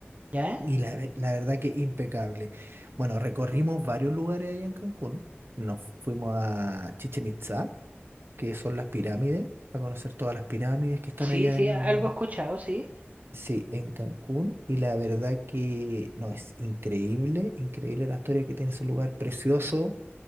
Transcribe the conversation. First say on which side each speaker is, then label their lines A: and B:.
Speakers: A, on the right; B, on the right.
A: ¿Ya?
B: Y la, ve- la verdad que impecable. Bueno, recorrimos varios lugares allá en Cancún. Nos fuimos a Chichen Itzá, que son las pirámides, a conocer todas las pirámides que están
A: Sí,
B: allá
A: sí,
B: en,
A: algo he escuchado, sí.
B: sí, en Cancún. Y la verdad que no, es increíble, increíble la historia que tiene ese lugar, precioso.